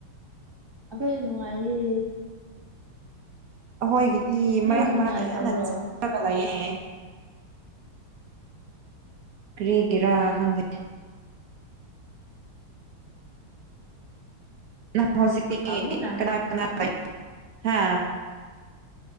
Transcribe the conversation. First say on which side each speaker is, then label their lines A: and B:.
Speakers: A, on the right; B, on the right.
A: ꯑꯈꯣꯏꯗꯤ ꯅꯨꯡꯉꯥꯏꯌꯦ
B: ꯑꯈꯣꯏꯒꯤꯗꯤ
A: ꯅꯣꯏꯒꯤ
B: ꯃꯔꯛ
A: ꯅꯨꯡꯉꯥꯏꯇꯕ꯭ꯔꯣ
B: ꯃꯔꯛꯇ ꯌꯥꯝꯅ ꯆꯞ ꯈ꯭ꯔꯒ ꯂꯩꯌꯦ ꯀꯔꯤꯒꯤꯔꯥ ꯈꯪꯗꯦ ꯅꯪ ꯍꯧꯖꯤꯛꯇꯤ
A: ꯍꯪꯉꯨꯅ
B: ꯀꯅꯥ ꯀꯅꯥ ꯂꯩ ꯍꯥ